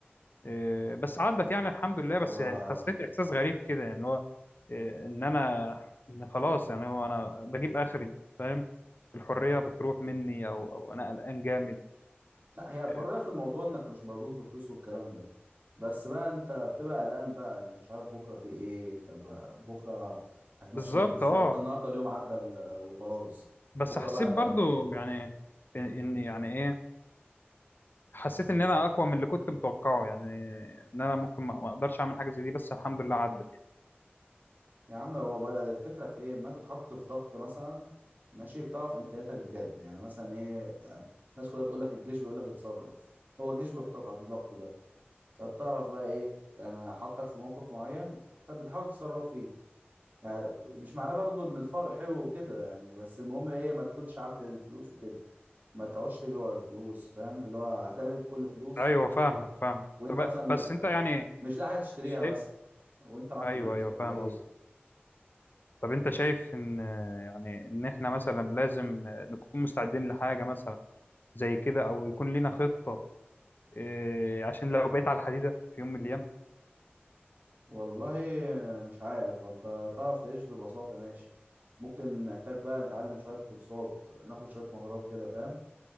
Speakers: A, on the left; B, on the right.
A: إيه، بس عدت يعني الحمد لله
B: يعني
A: بس حسيت احساس غريب كده يعني اللي هو إيه، ان انا إن خلاص يعني هو انا بجيب اخري فاهم الحرية بتروح مني او او انا قلقان جامد
B: لا هي الحرية
A: إيه،
B: في الموضوع انك مش مربوط بفلوس والكلام ده بس بقى انت بتبقى قلقان بقى انت مش عارف بكرة في ايه طب بكرة هتمشي
A: بالظبط
B: يومك ازاي
A: اه
B: طب النهاردة اليوم عدى ال- وخلاص
A: بس
B: بكرة
A: حسيت
B: بقى هتعدي
A: برضو
B: ازاي
A: يعني ان إن يعني ايه حسيت ان انا اقوى من اللي كنت متوقعه يعني ان انا ممكن ما ما اقدرش اعمل حاجه زي دي بس الحمد لله عدت يعني
B: يا عم هو بقى الفكرة في ايه ما تتحط في ضغط مثلا ماشي بتعرف امكانياتك بجد يعني مثلا ايه يعني الناس كلها بتقول لك الجيش بيقول لك اتصرف هو الجيش بيحطك تحت الضغط ده فبتعرف بقى ايه يعني حطك في موقف معين طب بتحاول تتصرف فيه يعني مش معناه برضو ان الفقر حلو وكده يعني بس المهم ايه ما تكونش عبد للفلوس وكده ما تقعدش تجري ورا الفلوس فاهم اللي هو هتعمل ايه بكل فلوس
A: ايوه فاهمك فاهم
B: وانت
A: طب
B: مثلا م-
A: بس انت
B: م-
A: يعني
B: مش لاقي حاجه تشتريها
A: شايف
B: مثلا وانت معاك
A: ايوه
B: فلوس
A: ايوه
B: طب
A: فاهم
B: ايه
A: قصدي طب انت شايف ان يعني ان احنا مثلا لازم نكون مستعدين لحاجه مثلا زي كده او يكون لينا خطه إيه، عشان لو بقيت على الحديده في يوم من الايام
B: والله مش عارف وانت تعرف تعيش ببساطه ماشي ممكن نحتاج بقى نتعلم شويه كورسات ناخد شويه مهارات كده فاهم